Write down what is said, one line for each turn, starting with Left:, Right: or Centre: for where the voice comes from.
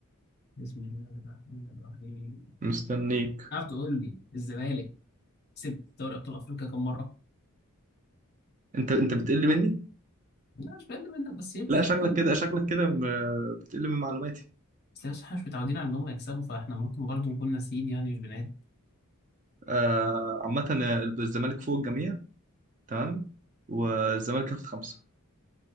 Left: بسم الله الرحمن الرحيم
Right: مستنيك
Left: تعرف تقول لي الزمالك كسب دوري ابطال افريقيا كم مره؟
Right: انت انت بتقل مني؟
Left: لا مش بقل منك بس يمكن
Right: لا
Left: يعني
Right: شكلك
Left: يكون
Right: كده شكلك كده م- بتقل من معلوماتي
Left: بس احنا مش متعودين على ان هم يكسبوا فاحنا ممكن برضو نكون ناسيين يعني مش بنعد
Right: آه عامة ال- الزمالك فوق الجميع تمام والزمالك ياخد خمسة